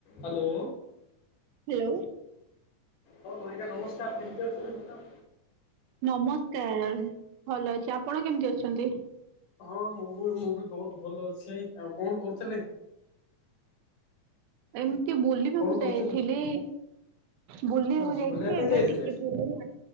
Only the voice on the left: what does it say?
Hello.
ହଉ ଆଜ୍ଞା ନମସ୍କାରେ କେମିତି ଅଛନ୍ତି?
ହଁ ମୁଁ ବି ମୁଁ ବି ବହୁତ ଭଲ ଅଛି ଆଉ କଣ କରୁଥିଲେ?
କଣ କରୁଥିଲି?
ଓହୋ
ବୁଲିବା ପାଇଁ
ଯାଇଥିଲେ?